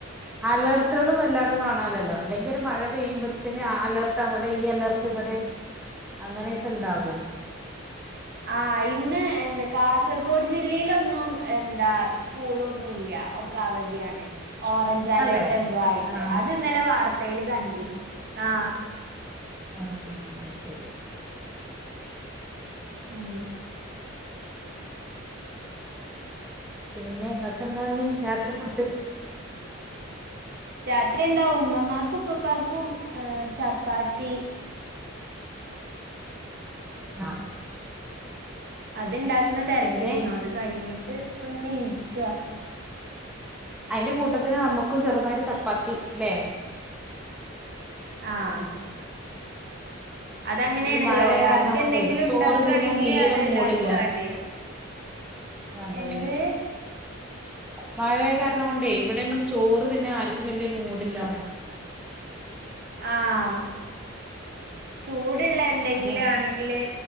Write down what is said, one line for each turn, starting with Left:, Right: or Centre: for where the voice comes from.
Centre: അലേർട്ട്കളും വല്ലാതെ കാണാൻല്ലല്ലോ അല്ലെങ്കിൽ ഒരു മഴ പെയ്യുമ്പത്തിന് ആ അലർട്ട് അവ്ടെ ഈ അലർട്ട് ട്ട് ഇബടെ അങ്ങനെക്കെ ഇണ്ടാകും
Right: ആഹ് ഇന്ന് എന്ത കാസർഗോഡ് ജില്ലീലൊന്നും എന്താ സ് സ്കൂളൊന്നുംല്ല ഒക്കെ അവധിയാണ് ഓറഞ് ഞ്ച് അലേർട്ട്
Centre: അതെ
Right: എന്തോ ആയിട്ട്
Centre: ആഹ്
Right: അത് ഇന്നലെ വാർത്തേൽ കണ്ടീനി ആഹ്
Centre: ആഹ് അയ് ശരി
Right: ഉം
Centre: പിന്നെ ഇങ്ങക്ക് എന്താഞ്ഞി രാത്രി ഫുഡ്
Right: രാത്രി എന്താ ഉമ്മമാക്കും ഉപ്പപ്പാക്കും ഏഹ് ചപ്പാത്തി
Centre: ആഹ്
Right: അത്ണ്ടാക്ക്ണെ തെരക്കിലേനു
Centre: പിന്നെ
Right: അത് കഴിഞ്ഞിട്ട് ഇപ്പ ഇങ്ങനെ ഇരിക്കാ
Centre: അതിന്റെ കൂട്ടത്തില് നമ്മക്കും ചെറുതായിട്ട് ചപ്പാത്തി ലെ
Right: ആഹ് അതങ്ങനെയാണല്ലോ
Centre: ഈ മഴയായ
Right: ഒരാൾക്ക്
Centre: കാരണം കൊണ്ടേ
Right: എന്തെങ്കിലും
Centre: ചോറ്
Right: ഉണ്ടാക്കുകയാണെങ്കില്
Centre: തിന്നാൻ തീരെ
Right: അത് എല്ലാർക്കും
Centre: മൂഡില്ല
Right: വേണ്ടി വരും
Centre: അതെയതെ
Right: എന്ത്
Centre: മഴയായ കാരണം കൊണ്ടേ ഇവിടെന്നും ചോറ് തിന്നാൻ ആർക്കും വല്യ മൂടില്ലാന്ന്
Right: ആഹ് ചൂടില്ലേ എന്തെങ്കിലും
Centre: അങ്ങനെ
Right: ആണെങ്കില്